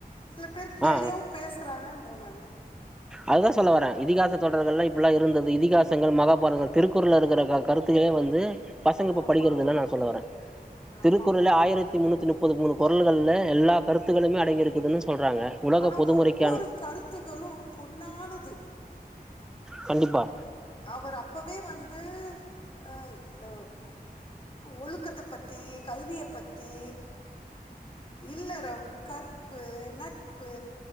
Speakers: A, on the left (about 35°); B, in the centre.
A: சில பேர் கேளியாவு
B: ஆ
A: பேசறாங்கன்ற நானு
B: அதுதா சொல்ல வரேன் இதிகாச தொடர்கள் இப்பல்லா இருந்தது இதிகாசங்கள் மகாபாரத திருக்குறள்ல இருக்கிற க கருத்து கல வந்து பசங்க இப்ப
A: ஆமா
B: படிக்கிறது
A: ஆமா
B: இல்ல நா சொல்ல வரே
A: ஆமா
B: திருக்குறள்
A: ஆமா உண்மதா
B: ஆயிரத்தி
A: உண்மதா
B: முன்னூத்தி முப்பது மூணுக் குறள்கள்ல எல்லா கருத்துக்களுமே அடங்கியிருக்குதுன்னு சொல்றாங்க உலக
A: ஆனா
B: பொதுமுறைக்கான
A: ஒவ்வொரு கருத்துகளு பொண்ணானது
B: கண்டிப்பா
A: அவர் அப்பவே வந்து ஆ ய் அ ஒழுக்கத்த பத்தி கல்விய பத்தி இல்லறம் கற்பு நட்பு